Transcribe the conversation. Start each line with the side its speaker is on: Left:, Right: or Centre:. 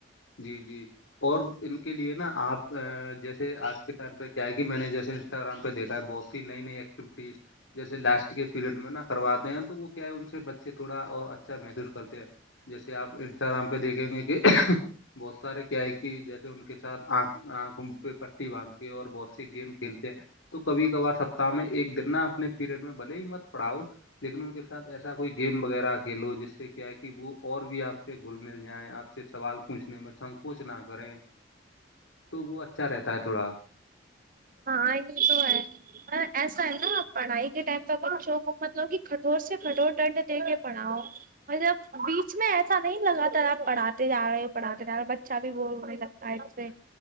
Left: جی جی اور ان کے لیے نا آپ جیسے آج کے ٹائم پہ کیا ہے کہ میں نے جیسے انسٹاگرام پہ دیکھا ہے باکس نئی نئی ایکٹیوٹیز جیسے لاسٹ کے پیریڈ میں نا کرواتے ہیں تو وہ کیا ہے ان سے بچے سے تھوڑا اور اچھا محسوس کرتے ہیں جیسے آپ انسٹاگرام پہ دیکھیں گے کہ بہت سارے کیا ہے کہ جیسے ان کے ساتھ آنکھ آنکھوں پہ پٹی باندھ کے اور بہت سے گیم کھیلتے ہیں تو کبھی کبھار سپتتااہ میں ایک دن نہا اپنے پیریڈ میں بلے ہی مت پڑھاؤ لیکن ان کے ساتھ ایسا کوئی گیم وغیرہ کھیلو جس سے کیا ہے کہ وہ اور بھی آپ سے گھل مل جائیں آپ سے سوال پوچھنے میں سنکوچ نہ کریں تو وہ اچھا رہتا ہے تھوڑا
Right: ہاں یہ تو ہے ایسا ہے نا پڑھائی کے ٹائم پہ ا شوک متل کہ کٹھور سے کٹھور دنڈ دے کے پڑھاؤ مطلب بیچ میں ایسا نہیں لگا تھا آپ پڑھاتے ج رہے ہو پڑھاتے جا رہے ہو بچہ بھی وہ ہو نہیں لگتا اچے